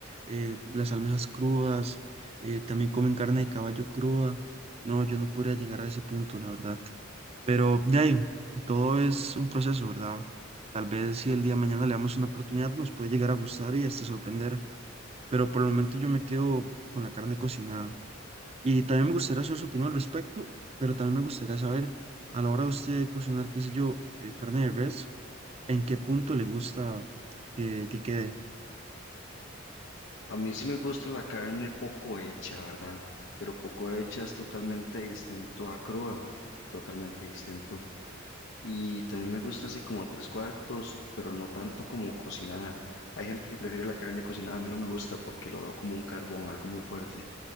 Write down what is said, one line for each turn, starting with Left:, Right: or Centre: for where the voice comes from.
Right: eh, las almejas crudas, eh, también comen carne de caballo cruda, no, yo no podría llegar a ese punto, la verdad. Pero de ahí, todo es un proceso, ¿verdad? Tal vez si el día de mañana le damos una oportunidad, nos puede llegar a gustar y hasta sorprender. Pero por el momento yo me quedo con la carne cocinada. Y también me gustaría saber su opinión al respecto, pero también me gustaría saber, a la hora de usted cocinar, qué sé yo, eh, carne de res, ¿en qué punto le gusta que, que quede?
Left: A mí sí me gusta la carne poco hecha, ¿verdad? Pero poco hecha es totalmente distinto a cruda, totalmente distinto. Y también me gusta así como a tres cuartos, pero no tanto como cocinada. Hay gente que prefiere la carne cocinada, a mí no me gusta porque lo veo como un carbón, algo muy fuerte.